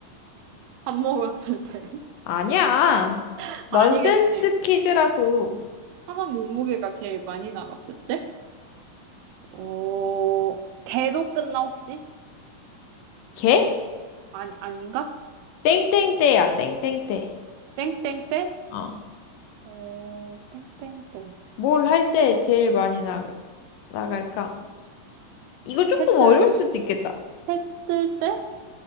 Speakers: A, on the right (about 80°); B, on the left (about 80°).
A: 밥 먹었을 때.
B: 아니야.
A: <laughs>
B: 넌센스
A: 아니겠지.
B: 퀴즈라고.
A: 사람 몸무게가 제일 많이 나갔을 때? 어, 개로 끝나 혹시?
B: 개?
A: 아니, 아닌가?
B: 땡땡때야, 땡땡때.
A: 땡땡때?
B: 어.
A: 어, 땡땡때.
B: 뭘 할 때 제일 많이 나, 나갈까? 이거 조금
A: 해뜰,
B: 어려울 수도 있겠다.
A: 해뜰 때?